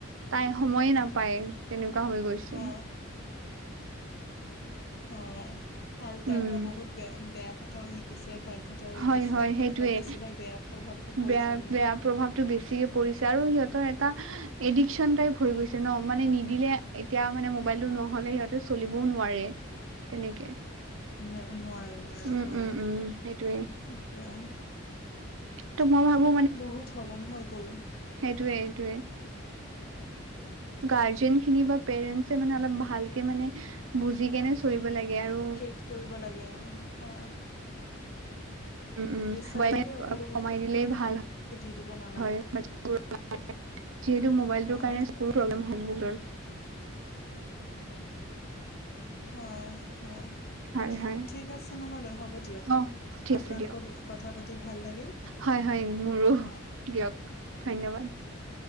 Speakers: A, on the right; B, on the left.
A: তাই সময়ে নাপায় তেনেকুৱা পাহৰি গৈছো
B: অ হয় আৰু তাৰ
A: উম
B: পৰা বহুত বে বেয়া কথাও শিকিছে ভাল কথাও শিকিছে
A: হয় হয়
B: তেনেকুৱা
A: সেইটোয়ে
B: বেছিভাগ বেয়া প্ৰভাৱটো পৰিছে
A: বেয়া
B: বুলি
A: বেয়া প্ৰভাৱতটো বেছিকে পৰিছে আৰু সিহঁতৰ এডিকচন টাইপ হৈ গৈছে ন মানে নিদিলে এতিয়া মানে মোবাইলতো নহ নহলে সিহঁতে চলিবও নোৱাৰে তেনেকে
B: ন নোৱাৰি নোৱাৰি
A: উম
B: হয়
A: উম উম সেইটোয়ে
B: সেইটোয়ে
A: ত মই ভাবো
B: বহুত সলনি হৈ গল
A: সেইটোৱে সেইটোৱে গাৰ্জেন খিনি বা পেৰেন্ট মানে অলপ ভালকে মানে বুজি কেনে চলিব লাগে আৰু
B: ট্ৰিট কৰিব লাগে অ
A: উম উম
B: বিচাৰিলে
A: বইলাৰ
B: সকলো বস্তু
A: কমাই দিলেই ভাল
B: দি দিব নালাগে
A: হয় <unintelligible> যি হেতু মোবাইল
B: হয়
A: টো কাৰণে চকুৰ প্ৰব্লেম নুশুনে
B: হয় হয়
A: হয় হয়
B: ঠিক আছে নহলে হ'ব দিয়ক
A: অ ঠিক
B: আপোনালোকৰ
A: আছে দিয়ক
B: কথা পাতি ভাল লাগিল
A: হয় হয় মোৰো
B: অ
A: দিয়ক ধন্যবাদ